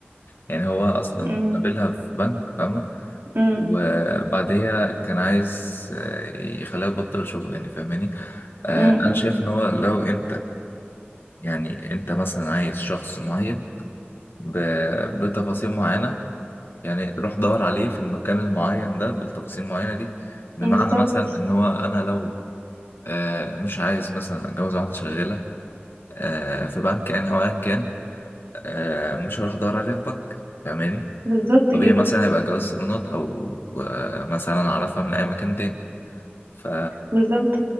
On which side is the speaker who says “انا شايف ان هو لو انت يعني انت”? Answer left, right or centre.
Left